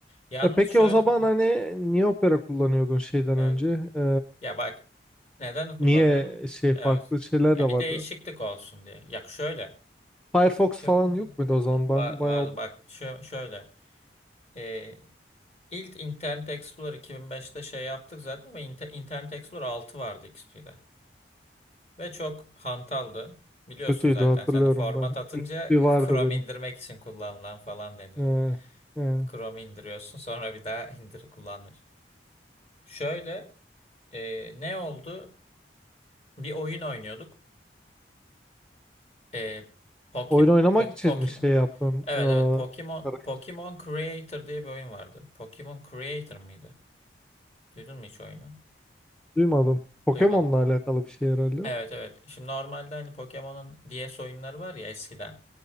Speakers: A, on the left (about 35°); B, in the centre.
A: Yalnız
B: E peki
A: şöyle
B: o zaman hani niye opera kullanıyordun şeyden
A: evet.
B: önce? Ee,
A: Ya bak neden
B: niye
A: kullanıyordum?
B: şey farklı
A: Evet.
B: şeyler
A: Ya
B: de
A: bir
B: vardı?
A: değişiklik olsun diye. Ya şöyle.
B: Firefox
A: Şö-
B: falan yok muydu o zaman? Ben
A: Var
B: bayağı
A: var bak şö- şöyle. E, ilk Internet Explorer 2005'te şey yaptık zaten ama Inter- Internet Explorer 6 vardı XP'de. Ve çok hantaldı. Biliyorsun
B: kötüydü
A: zaten
B: hatırlıyorum
A: sen de format
B: ben.
A: atınca
B: XP vardı
A: <laughs> Chrome
B: benim.
A: indirmek için kullanılan falan denirdi.
B: Ee, e,
A: Chrome indiriyorsun sonra bir daha <laughs> indir kullanmıyorsun. Şöyle e, ne oldu? Bir oyun oynuyorduk. E, Pokim
B: oyun oynamak
A: Po-
B: için
A: Pokemon.
B: mi şey yaptın?
A: Evet
B: Ee,
A: evet Pokemon
B: arayı
A: Pokemon Creator diye bir oyun vardı. Pokemon Creator mıydı? Duydun mu hiç oyunu?
B: duymadım. Pokemon'la
A: Duymadın.
B: alakalı bir şey herhalde.
A: Evet
B: o.
A: evet. Şimdi normalde hani Pokemon'un DS oyunları var ya eskiden.